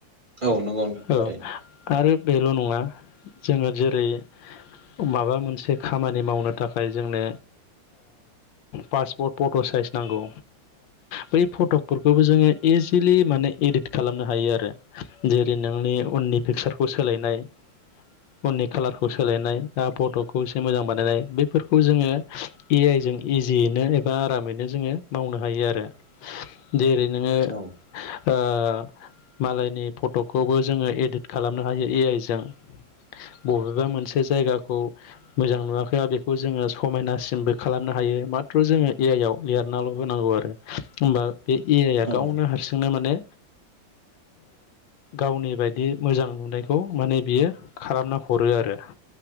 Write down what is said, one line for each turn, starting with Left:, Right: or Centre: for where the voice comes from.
Right: औ नंगौ नोंथां थारैनो
Left: औ आरो बेल' नङा। जोङो जेरै माबा मोनसे खामानि मावनो थाखाय जोंनो पासपर्ट फट' साइ नांगौ बै फटकफोरखौबो जोङो इजिलि माने इदिट खालामनो हायो आरो। जेरै नोंनि उननि पिकसारखौ सोलायनाय उननि कालारखौ सोलायनाय फट'खौ एसे मोजां बानायनाय बेफोरखौ जोङो ए आइजों इजियैनो एबा आरामैनो जोङो मावनो हायो आरो। जेरै नोङो
Right: औ
Left: ओ मालाय नि फट'खौबो जोङो एडट खालामनो हायो ए आइ जों बबेबा मोनसे जायगाखौ मोजां नुवाखैया बेखौ जोङो समायनासिमबो खालामनो हायो। माथ्र' जोङो ए आइ आव लिरनाल' होनांगौ आरो होमबा बे ए आइआ
Right: औ
Left: गावनो हारसिंनो माने गावनि बायदि मोजां। नुनायखौ माने बियो। खालामना हरो आरो